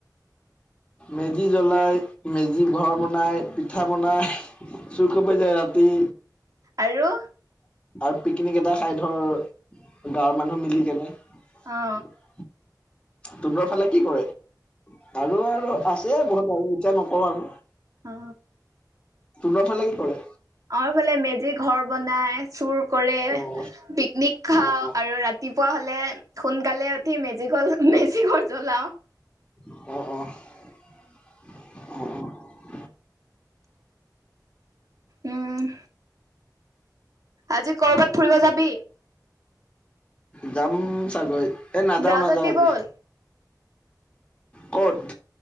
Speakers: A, on the left (about 15°); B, on the right (about 50°).
A: মেজি জ্বলায় মেজি ঘৰ বনাই পিঠা বনাই <unintelligible> যায় ৰাতি
B: আৰু।
A: আৰু পিকনিক এটা খাই ধৰ গাঁৱৰ মানুহ মিলি কেনে <inaudible> তোহোতৰ
B: অ
A: ফালে কি কৰে আৰু আৰু আছে বহুত আৰু এতিয়া নকওঁ আৰু
B: অ
A: তোহঁতৰ ফালে কি কৰে?
B: আমাৰ ফালে মেজি ঘৰ বনাই। চুৰ কৰে
A: অ'।
B: পিকনিক খাওঁ
A: অ অ
B: আৰু ৰাতিপুৱা হ'লে সোনকালে ঠি মেজিকল মেজিকল জলাওঁ
A: অ', অ', অ ', অ',।
B: উম। আজি কৰবাত ফুৰিব যাবি
A: যাম চাগৈ এ নাযাও,
B: যাও
A: নাযাও
B: যদি
A: আজি
B: বল
A: ক'ত